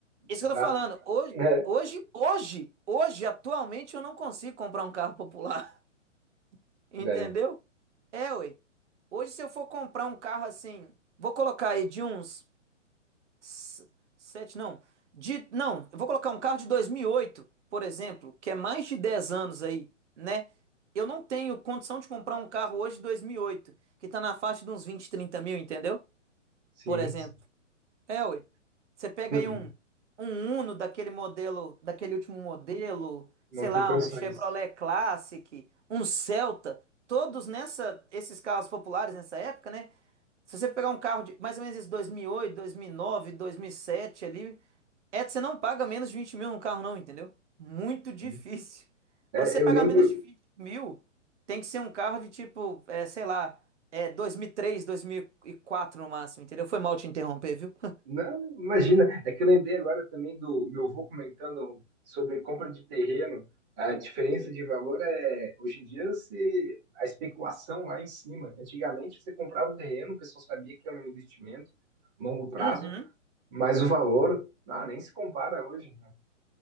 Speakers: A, on the right (about 65°); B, on the right (about 35°).
A: Isso
B: dava.
A: que eu tô falando. Hoje,
B: <laughs>
A: hoje, hoje, hoje, atualmente, eu não consigo comprar um carro popular. <laughs> Entendeu?
B: É,
A: É, ué. Hoje, se eu for comprar um carro assim, vou colocar aí de uns s- sete, não. De, não, eu vou colocar um carro de 2008, por exemplo, que é mais de 10 anos aí, né? Eu não tenho condição de comprar um carro hoje de 2008 que tá na faixa de uns 20, 30 mil, entendeu?
B: sim,
A: Por exemplo.
B: sim.
A: É, ué. Você pega
B: <laughs>
A: aí um, um Uno daquele modelo, daquele último modelo,
B: Não
A: sei lá,
B: tem condições.
A: um Chevrolet Classic, um Celta, todos nessa, esses carros populares nessa época, né? Se você pegar um carro de mais ou menos esse dois mil e oito, dois mil e nove, dois mil e sete ali, é, você não paga menos de 20 mil num carro não, entendeu? Muito difícil.
B: Sim. É,
A: Pra você
B: eu
A: pagar
B: lembro.
A: menos de 20 mil, tem que ser um carro de tipo, é, sei lá, é, 2003, 2004 no máximo, entendeu? Foi mal te interromper, viu?
B: Não, imagina. É que eu lembrei agora também do meu avô comentando sobre compra de terreno. A diferença de valor é. Hoje em dia, se, a especulação lá em cima. Antigamente, você comprava o terreno, o pessoal sabia que era um investimento, longo prazo,
A: Uhum.
B: mas o valor, ah, nem se compara hoje. né?